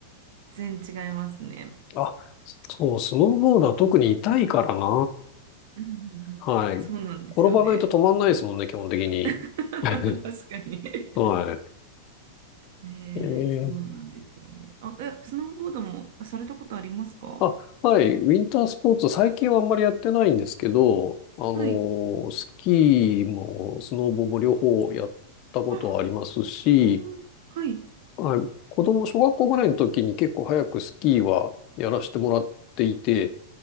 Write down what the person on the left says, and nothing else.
あ、そう、スノーボードは特に痛いからな。
はい。
転ばないと止まんないですもんね、基本的に。
<laughs>
はい。
えー、
あ、はい。ウィンタースポーツ、最近はあんまりやってないんですけど、あの
ースキーもスノボも両方やったことはありますし、
はい。子供、小学校ぐらいの時に結構早くスキーはやらせてもらっていて、